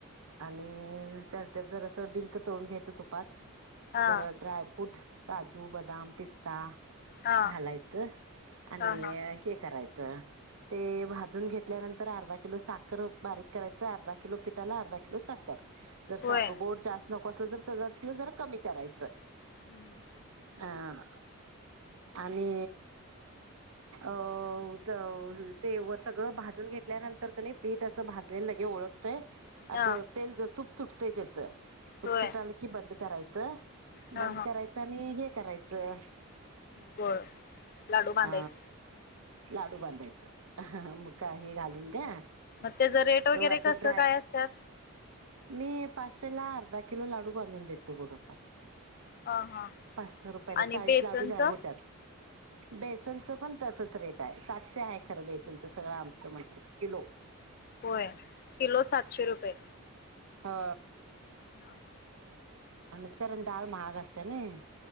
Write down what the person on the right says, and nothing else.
आणि त्याच्यात जरसं डिंक तळून घ्यायचं तुपात.
तर ड्राय फूड काजू, बद बदाम, पिस्ता
घालायचं आणि
हे करायचं ते भाजून घेतल्यानंतर अर्धा किलो साखर बारीक करायचं, अर्धा किलो पिठाला अर्धा किलो साखर. जर
सागं गोड जास्त नको असलं ते जरा कमी कराय
अह आणि अ च व ते व सगळं भाजून घेतल्या नंतर कइन पीठ असं भाजलेलं लगे ओळख तय
असं तेल ज तूप सुटतंय. <unintelligible> तुप
सुटालं की बंद करायचं. चं
बंद करायचं आणि हे करायचं.
अ लाडू बांधायचा. हा म का हे घालून घ्या,
वरचा
ड्राय
मी पाचशे ला आर अर्धा किलो लाडू बांधून देतो, बघा कालचं.
पाचशे रुपयाला
चाळीस
लाडू होत्यात. बेसनचं पण तसच रेट आहे. सातशे आहे खरं बेसनचं सगळं आमचं म्हटलं कि किलो.
हा.
अनच कारण डाळ महाग असते नाय.